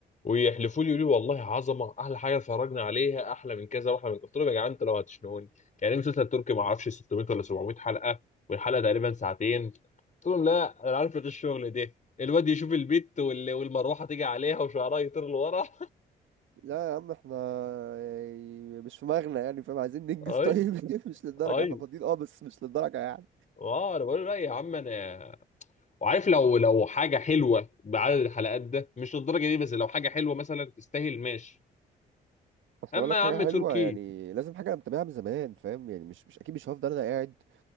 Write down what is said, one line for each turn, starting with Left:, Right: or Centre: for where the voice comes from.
Left: ويحلفوا لي يقولوا لي والله عظمه احلى حاجه اتفرجنا عليها احلى من كذا واحلى من كذا. قلت لهم يا جدعان انتوا لو هتشنقوني يعني إيه مسلسل تركي ما اعرفش 600 ولا 700 حلقه والحلقه تقريبا ساعتين قلت لهم لا انا عارفه الشغل ده الواد يشوف البت وال... والمروحه تيجي عليها وشعرها يطير لورا <laughs>
Right: لا يا عم احنا يعني مش في مغنى يعني فاهم عايزين ننجز
Left: اي
Right: طيب <laughs> مش للدرجة
Left: اي
Right: احنا فاضيين اه بس مش للدرجة يعني
Left: اه انا بقول له لا يا عم انا وعارف لو لو حاجه حلوه بعدد الحلقات ده مش للدرجه دي بس لو حاجه حلوه مثلا تستاهل ماشي
Right: اصل
Left: اما
Right: اقول لك
Left: يا
Right: حاجه
Left: عم
Right: حلوه
Left: تركي
Right: يعني لازم حاجه انا متابعها من زمان فاهم يعني مش مش اكيد مش هفضل انا قاعد